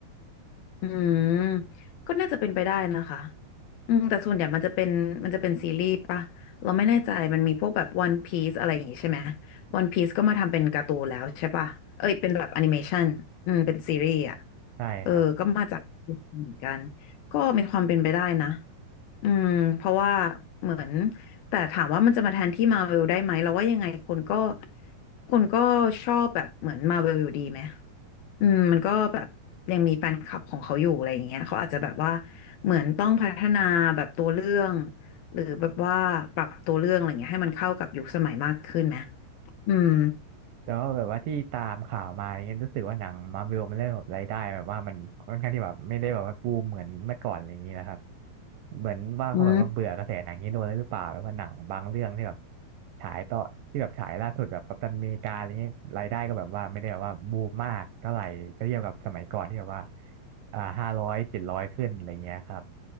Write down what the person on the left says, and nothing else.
อืมก็น่าจะเป็นไปได้นะคะอืมแต่ส่วนใหญ่มันจะเป็นมันจะเป็นซีรีส์ปะเราไม่แน่ใจมันมีพวกแบบ One Piece อะไรอย่างงี้ใช่ไหม One Piece ก็มาทำเป็นการ์ตูนแล้วใช่ปะเอ้ยเป็นแบบแอนิเมชันอืมเป็นซีรีส์อ่ะ
เออก็มาจากเหมือนกันก็มีความเป็นไปได้นะอืมเพราะว่าเหมือนแต่ถามว่ามันจะมาแทนที่มาเวลได้ไหมเราว่ายังไงคนก็คนก็ชอบแบบเหมือนมาเวลอยู่ดีไหม อืมมันก็แบบยังมีแฟนคลับของเขาอยู่อะไรอย่างเงี้ยเขาอาจจะแบบว่าเหมือนต้องพัฒนาแบบตัวเรื่องหรือแบบว่าปรับตัวเรื่องอะไรเงี้ยให้มันเข้ากับยุคสมัยมากขึ้นนะอืม
อืม